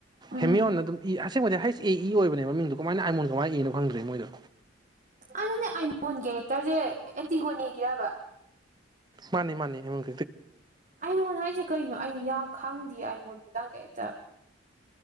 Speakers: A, on the right; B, on the right.
A: ꯎꯝ
B: ꯍꯦꯃꯤꯌꯣꯟꯅ ꯑꯗꯨꯝ ꯏ ꯑꯁꯦꯡꯕꯗꯤ ꯍꯩꯁ ꯑꯦ ꯏ ꯑꯣꯏꯕꯅꯦ ꯃꯃꯤꯡꯗꯨꯣ ꯀꯃꯥꯏꯅ ꯑꯥꯏꯃꯣꯟ ꯀꯃꯥꯏꯅ ꯏꯅꯣ ꯐꯪꯗ꯭ꯔꯦ ꯃꯣꯏꯗꯣ
A: ꯑꯗꯨꯅꯦ ꯑꯥꯏꯃꯣꯟ ꯀꯦꯔꯦꯛꯇꯔꯁꯦ ꯑꯦꯟꯇꯤꯒꯣꯟ ꯌꯦꯒꯤꯔꯕ
B: ꯃꯥꯅꯤ ꯃꯥꯅꯤꯃꯪ
A: ꯑꯩꯉꯣꯟ ꯍꯥꯏꯁꯦ ꯀꯩꯅꯣ ꯑꯩ ꯌꯥ ꯈꯪꯗꯦ ꯑꯩ ꯃꯣꯟ ꯅꯨꯃꯤꯗꯥꯡ ꯀꯩꯝꯇ